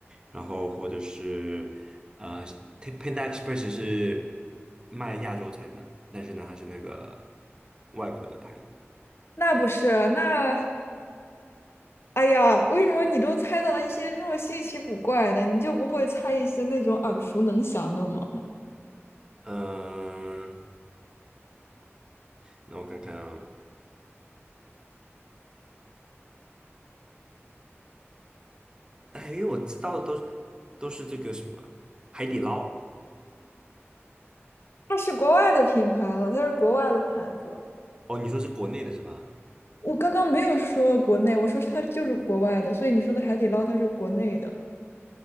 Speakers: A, on the right (about 20°); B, on the left (about 60°).
A: 然后或者是呃 T- Panda Express 是卖亚洲餐的，但是呢它是那个外国的牌子，
B: 那不是那？哎呀，为什么你都猜到一些这么稀奇古怪的，你就不会猜一些那种耳熟能详的吗？
A: 嗯、那我看看啊，哎，因为我知道的都是都是这个什么海底捞
B: 它是国外的品牌了，它是国外的牌子。
A: 哦，你说是国内的是吧？
B: 我刚刚没有说国内，我说它就是国外的，所以你说的海底捞它是国内的，